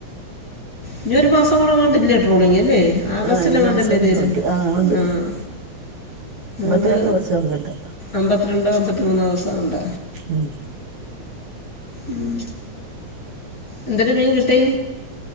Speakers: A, on the left; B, on the right.
A: ഇനി ഒരു മാസം കൂടി എങ്ങാണ്ട് ഇല്ലേ ട്രോളിങ് അല്ലേ? ആഗസ്റ്റിൽ
B: ആഹ് ഈ
A: എങ്ങാണ്ട്
B: മാസം
A: അല്ലേ തീരു
B: കൂടെ ഉണ്ട് ഉണ്ട്
A: ആഹ്.
B: മുപ്പത്തിരണ്ട്
A: അത്
B: ദിവസം എങ്ങാണ്ട്
A: അമ്പത്തിരണ്ടോ അമ്പത്തിമൂന്നോ ദിവസം എങ്ങാണ്ട.
B: ഉം.
A: ഉം. എന്തരു മീൻ കിട്ടി?